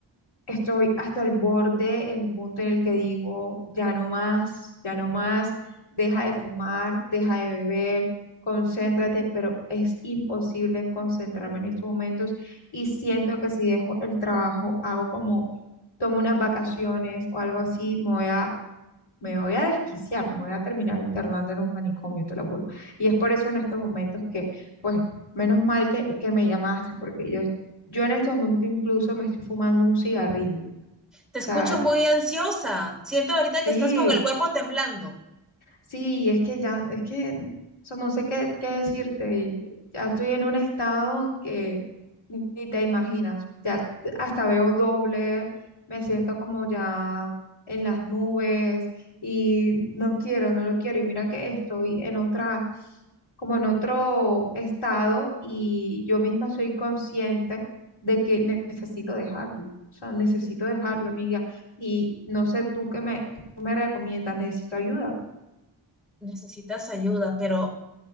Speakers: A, on the left; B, in the centre.
A: estoy hasta el borde, en el punto en el que digo, ya no más, ya no más, deja de fumar, deja de beber, concéntrate, pero es imposible concentrarme en estos momentos y siento que si dejo el trabajo, hago como, tomo unas vacaciones o algo así, me voy a, me voy a desquiciar, me voy a terminar internando en un manicomio, te lo juro. Y es por eso en estos momentos que, pues, menos mal que, que me llamaste, porque yo... Yo en estos momentos incluso me estoy fumando un cigarrillo
B: te
A: sea,
B: escucho muy ansiosa. Siento ahorita que
A: sí,
B: estás con el cuerpo temblando.
A: Sí, y es que ya, es que, o sea, no sé qué, qué decirte. y Ya estoy en un estado que ni ni te imaginas. Ya hasta veo doble, me siento como ya en las nubes y no quiero, no lo quiero. Y mira que estoy en otra, como en otro estado y yo misma soy consciente de que ne- necesito dejarlo. O sea, necesito dejarlo, amiga. Y no sé tú qué me, qué me recomiendas, necesito ayuda.
B: Necesitas ayuda, pero